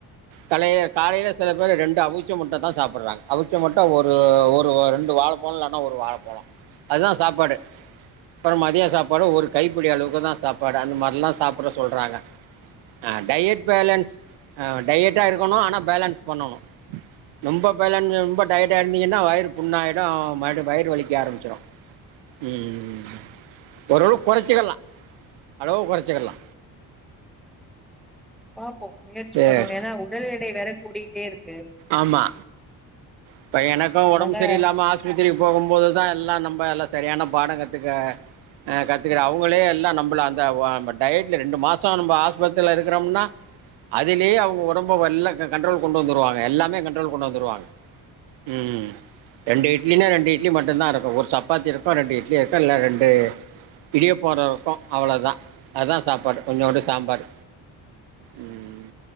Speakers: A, on the right; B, in the centre.
A: கலைய காலையில சில பேரு ரெண்டு அவுச்ச முட்டதா சாப்புட்றாங்க அவுச்ச முட்ட ஒரு ஒரு ரெண்டு வாழப்பழம் இல்லனா ஒரு வாழப்பழம் அதுதா சாப்பாடே அப்புற மதிய சாப்பாடு ஒரு கைப்பிடி அளவுக்குதா சாப்பாடு அந்த மாரில்லா சாப்புட சொல்றாங்க ஆ டயட் பேலன்ஸ் ஆ டயட்டா இருக்கணும் ஆனா பேலன்ஸ் பண்ணணும் ரொம்ப பேலன்ஸு ரொம்ப டயட்டா இருந்தீங்கன்னா வயிறு புண்ணா ஆயிடும் மறுபடி வயிறு வலி க்க ஆரம்பிச்சிரு உம் உம் உம் ஒரளவுக் கொறச்சிக்கலா அளவு கொறச்சிக்கலா
B: பாப்போ முயற்சி
A: சேர்
B: பண்ணுவோ ஏன்னா உடல் எடை வேற கூடிட்டே இருக்
A: ஆமா இப்ப எனக்கும்
B: அதனால
A: ஒடம்பு சரியில்லாம ஆஸ்பத்திரிக்கு போகும் போதுதா எல்லா நம்ப எல்லா சரியான பாட கத்துக்க ஆ கத்துக்கற அவுங்களே எல்லா நம்பள அந்த ஓ டயட்ல ரெண்டு மாசம் நம்ப ஆஸ்பத்திரில இருக்கிறோம்னா அதுலேயே அவுங்க ஒடம்ப எல்லா கண்ட்ரோல்க்கு கொண்டு வந்துருவாங்க எல்லாமே கண்ட்ரோல்க்கு கொண்டு வந்துருவாங்க உம் ரெண்டு இட் இட்லினா ரெண்டு இட்லி மட்டுந்தா இருக்கு ஒரு சப்பாத்தி இருக்கும் ரெண்டு இட்லி இருக்கும் இல்ல ரெண்டு இடியாப்போற இருக்கும் அவ்ளோதா அதா சாப்பாடு கொஞ்சோண்டு சாம்பார் உம்